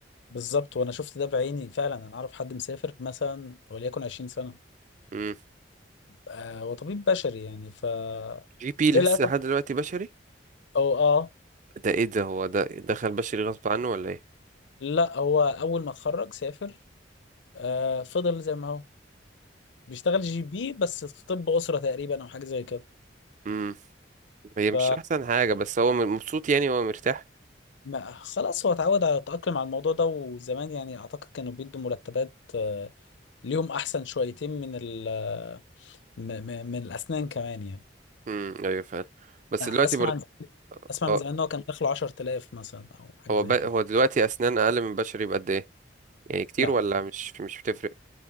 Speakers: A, on the left; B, on the right.
A: بالظبط وانا شفت ده بعيني فعلا انا اعرف حد مسافر مثلا وليكن 20 سنة
B: امم
A: آه وطبيب بشري يعني ف
B: جي بي لسه
A: للاسف
B: لحد دلوقتي بشري
A: او اه
B: ده ايه ده هو ده دخل بشري غصب عنه ولا ايه
A: لا هو اول ما اتخرج سافر آه فضل زي ما هو بيشتغل جي بي بس في طب أسرة تقريبا أو حاجة زي كده
B: امم
A: ف
B: هي مش احسن حاجة بس هو مبسوط يعني هو مرتاح
A: ما- خلاص هو اتعود على التأقلم على الموضوع ده وزمان يعني أعتقد كانوا بيدوا مرتبات آه، ليهم أحسن شويتين من ال آه، م- م- من الأسنان كمان يعني
B: امم ايوه فعلا بس
A: أنا
B: دلوقتي
A: أسمع
B: مرت...
A: أسمع
B: اه
A: من زمان إن هو كان داخله 10000 مثلا أو حاجة
B: هو
A: زي
B: ب... هو
A: كده
B: دلوقتي اسنان اقل من بشري بقد ايه يعني كتير
A: لا
B: ولا مش مش بتفرق